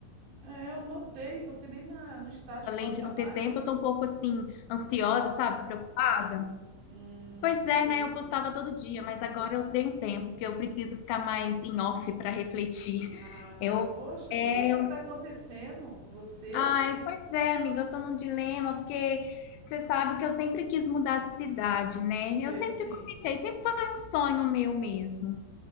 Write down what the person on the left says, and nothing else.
além
de não ter
tempo, eu tô um pouco assim, ansiosa, sabe? Preocupada.
Pois
é, né? Eu postava todo dia, mas agora eu tenho tempo, porque eu preciso ficar mais em off para refletir.
<laughs> Eu,
é,
eu...
Ai, pois é, amiga, eu tô num dilema, porque você sabe que eu sempre quis mudar de cidade, né?
Eu sempre
comentei, sempre foi um sonho meu mesmo.